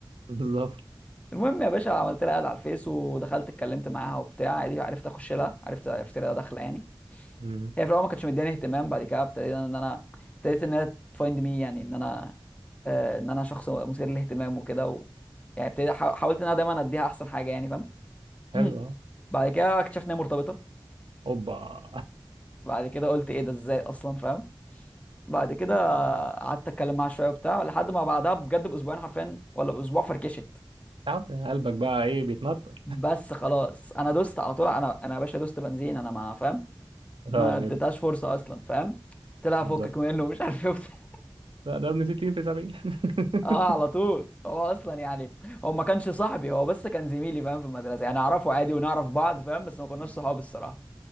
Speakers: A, on the right (about 80°); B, on the left (about 15°).
A: بالظبط
B: المهم يا باشا عملت لها اد على الفيس ودخلت اتكلمت معاها وبتاع عادي عرفت اخش لها عرفت عرفت لها داخله يعني
A: امم
B: هي في الاول ما كانتش مداني اهتمام بعد كده ابتديت ان انا ابتديت ان هي تفايند مي يعني ان انا آه، ان انا شخص مثير للاهتمام وكده و... يعني ابتديت حا- حاولت ان انا دايما اديها احسن حاجه يعني فاهم
A: حلو
B: <clears throat>
A: اه
B: بعد كده اكتشفت ان هي مرتبطه
A: اوبا <laughs>
B: بعد كده قلت ايه ده ازاي اصلا فاهم بعد كده قعدت اتكلم معاها شويه وبتاع لحد ما بعدها بجد باسبوعين حرفيا ولا باسبوع فركشت
A: تعب قلبك بقى ايه بيتنطط
B: بس خلاص انا دوست على طول انا انا يا باشا دوست بنزين انا ما فاهم
A: اه
B: ما اديتهاش
A: جدا
B: فرصه اصلا فاهم قلت لها
A: بالظبط
B: فكك منه ومش عارف ايه وبتاع. <laughs>
A: لا ده ابن 60 في 70 <laughs>
B: اه على طول هو اصلا يعني هو ما كانش صاحبي هو بس كان زميلي فاهم في المدرسه يعني اعرفه
A: آه.
B: عادي ونعرف بعض فاهم بس ما كناش
A: مم.
B: صحاب الصراحه